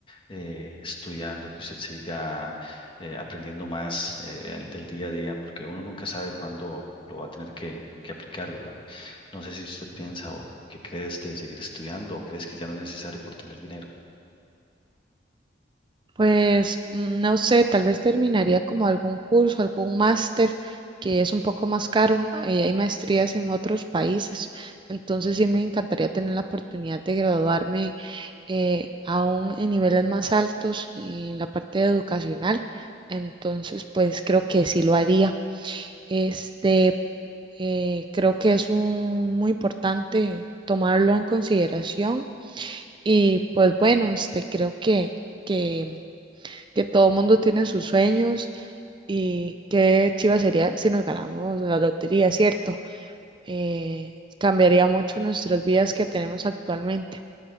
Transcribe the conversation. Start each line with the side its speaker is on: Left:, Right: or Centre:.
Left: eh, estudiando, que usted siga eh, aprendiendo más eh, al- del día a día, porque uno nunca sabe cuándo lo va a tener que, que aplicar, ¿verdad? No sé si usted piensa o, o qué crees de seguir estudiando o crees que ya no es necesario por tener dinero.
Right: Pues mm, no sé, tal vez terminaría como algún curso, algún máster que es un poco más caro y hay maestrías en otros países. Entonces sí me encantaría tener la oportunidad de graduarme eh, aún en niveles más altos en la parte educacional. Entonces, pues creo que sí lo haría. Este, Eh, creo que es un- muy importante tomarlo en consideración y pues bueno, este, creo que, que, que todo mundo tiene sus sueños y qué chiva sería si nos ganamos la lotería, ¿cierto? Eh, cambiaría mucho nuestras vidas que tenemos actualmente.